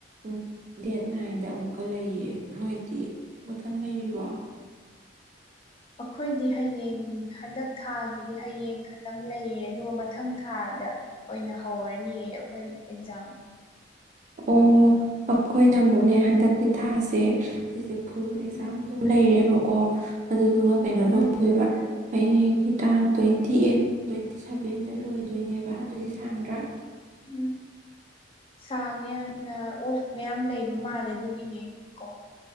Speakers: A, on the right; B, on the left.
A: ꯎ ꯗꯦꯠ ꯅꯥꯏꯟꯗ ꯑꯃꯨꯛꯀ ꯂꯩꯌꯦ ꯅꯣꯏꯗꯤ ꯃꯊꯪ ꯂꯩꯔꯤꯕꯣ
B: ꯑꯩꯈꯣꯏꯗꯤ ꯍꯌꯦꯡ ꯍꯟꯗꯛ ꯊꯥꯒꯤꯗꯤ ꯍꯌꯦꯡ ꯈꯛꯇꯪ ꯂꯩꯌꯦ ꯑꯗꯨꯒ ꯃꯊꯪ ꯊꯥꯗ ꯑꯣꯏꯅ ꯍꯧꯔꯅꯤꯌꯦ ꯑꯩꯈꯣꯏ ꯑꯦꯛꯖꯥꯝ
A: ꯑꯣ ꯑꯩꯈꯣꯏꯅ ꯑꯃꯨꯛꯅꯦ ꯍꯟꯗꯛꯀꯤ ꯊꯥꯁꯦ ꯁꯤꯁꯦ ꯐꯨꯜ ꯑꯦꯛꯖꯥꯝ
B: ꯎꯝ
A: ꯑꯗꯨꯝ ꯂꯩꯔꯦꯕꯀꯣ ꯑꯗꯨꯗꯨꯒ ꯀꯩꯅꯣ
B: ꯎꯝ
A: ꯇꯧꯗꯣꯏꯕ ꯍꯌꯦꯡꯒꯤ ꯇꯥꯡ ꯇ꯭ꯋꯦꯟꯇꯤ ꯑꯩꯠ ꯇ꯭ꯋꯦꯟꯇꯤ ꯁꯚꯦꯟꯗ ꯂꯣꯏꯗꯣꯏꯅꯦꯕ ꯑꯗꯨꯗꯤ ꯁꯥꯡꯗ꯭ꯔꯥ
B: ꯎꯝ ꯁꯥꯡꯉꯦ ꯌꯥꯝꯅ ꯑꯣꯐ ꯃꯌꯥꯝ ꯂꯩꯕ ꯃꯥꯜꯂꯦ ꯑꯗꯨꯒꯤꯅꯦ ꯀꯣ